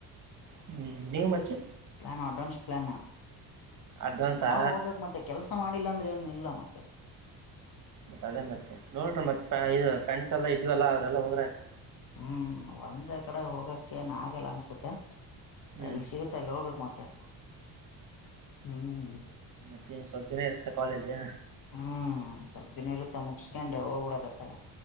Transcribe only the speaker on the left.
ಪ್ಲಾನ್ ಅಡ್ವಾನ್ಸ್ ಪ್ಲಾನ್
ನಾವ ಹೋಗ್ಬೇಕ್ ಮತ್ತೆ ಕೆಲ್ಸ ಮಾಡಿಲ್ಲ ಅಂದ್ರೆ ಏನ್ ಇಲ್ಲ ಮತ್ತೆ.
ಹ್ಮ್ ಒಂದೇ ಕಡೆ ಹೋಗಕ್ಕ ಏನ್ ಆಗಲ್ಲ ಅನ್ಸತ್ತೆ.
ಎಲ್ಲಿ ಸಿಗುತ್ತ ಅಲ್ಲ ಹೋಗ್ಬೇಕು ಮತ್ತೆ. ಹ್ಮ್
ಹ್ಮ್ ಸ್ವಲ್ಪ ದಿನ ಇರುತ್ತ ಮುಗಿಸಿಕೊಂಡು ಹೋಗ್ಬಿಡದು ಅತ್ತಾಗ